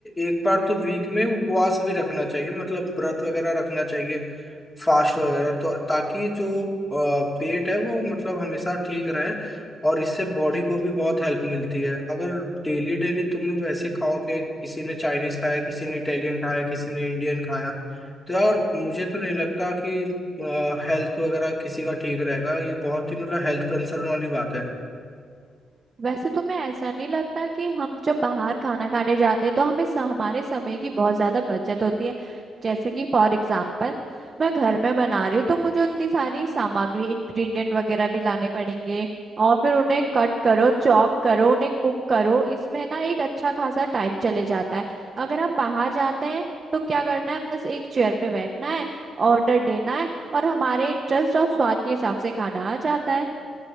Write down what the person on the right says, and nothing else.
वैसे तुम्हें ऐसा नहीं लगता कि हम जब बाहर खाना खाने जाते हैं तो हमें स, हमारे समय की बहुत ज्यादा बचत होती है जैसे कि फॉर एग्जाम्पल मैं घर में बना रही हूँ तो मुझे उतनी सारी सामग्री इंग्रेडिएंट वगैरह भी लाने पड़ेंगे और फिर उन्हें कट करो चॉप करो उन्हें कुक करो इसमें ना एक अच्छा खासा टाइम चले जाता है अगर हम बाहर जाते हैं तो क्या करना है बस एक चेयर पे बैठना है ऑर्डर देना है और हमारे इंटरेस्ट और स्वाद के हिसाब से खाना आ जाता है